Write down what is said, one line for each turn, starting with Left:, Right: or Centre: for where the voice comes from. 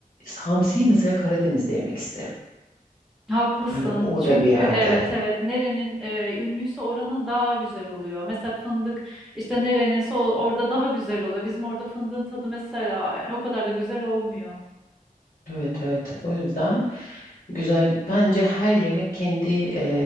Left: hamsiyi mesela Karadeniz'de yemek isterim.
Centre: Haklısın.
Left: Hani orada
Centre: Çünkü
Left: bir yerde.
Centre: evet evet nerenin e, ünlüyse oranın daha güzel oluyor. Mesela fındık işte nereninse o- orada daha güzel oluyor. Bizim orada fındığın tadı mesela yani o kadar da güzel olmuyor.
Left: Evet evet. O yüzden. Güzel. Bence her yemek kendi e,